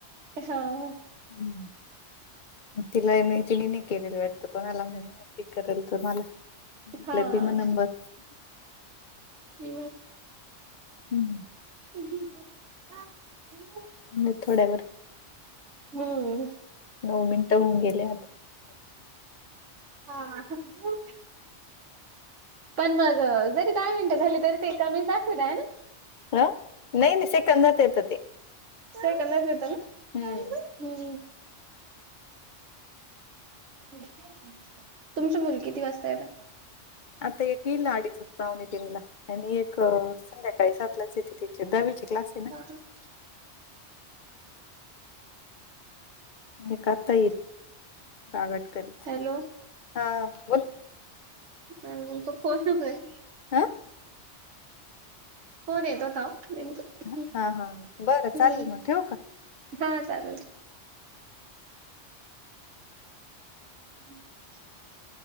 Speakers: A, on the right (about 85°); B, on the left (about 50°).
A: कशांव हं
B: <unintelligible> तिलां तिने नाहीं केलेलं वाटतं कोणांला म्हंण मंग ते करेल तरं मलां
A: हा.
B: लं ते मं नंबर
A: हम्मं
B: <unintelligible>
A: <unintelligible>
B: म्हंजे थोड्यांवर
A: हम्म
B: नऊ मिनिटं होऊनं गेले आंत
A: हां हां चिपकूंन पणं मंग जरी दहा मिनिटं झाली तरी ते एकां कमीचं दाखवंतय नां
B: हं नाहीं नाहीं सेकंदांत येतं ते
A: सेकंदाच येतं नां
B: हम्मं
A: हम्मं तुमची मुलं किती वाजता येतात.
B: आता येतील अडीजक पावणे तीन ला आणि एक संध्याकाळी सात लाच येत ते चे दहावीचे क्लास येत
A: <inaudible>
B: ना एक आता येईल गागाट करीत
A: हॅलो
B: हा बोल
A: मग तो फोन तो करा की
B: आ
A: फोन येत होता ओ नेमक
B: हा
A: हम्
B: हा बरं
A: हूं
B: चालेल मग ठेवू का
A: हा चालल <unintelligible>